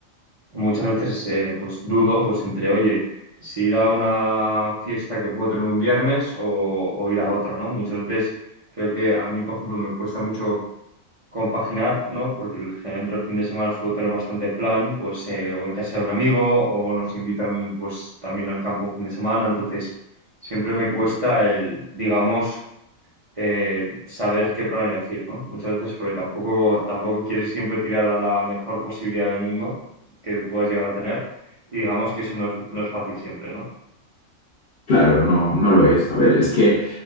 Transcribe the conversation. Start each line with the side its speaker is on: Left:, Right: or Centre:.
Right: muchas veces eh, pues dudo pues entre, oye, si ir a una fiesta que puedo tener un viernes o, o ir a otra, ¿no? Muchas veces creo que a mí, por ejemplo, me cuesta mucho compaginar, ¿no? Porque generalmente los fines de semana suelo tener bastante plan, pues eh, o en casa de un amigo o nos invitan pues también al campo un fin de semana, entonces siempre me cuesta el, digamos eh, saber qué plan elegir, ¿no? Muchas veces porque tampoco, tampoco quieres siempre tirar a la mejor posibilidad del mundo que puedas llegar a tener y digamos que eso no es, no es fácil siempre, ¿no?
Left: Claro, no, no lo es. A ver, es que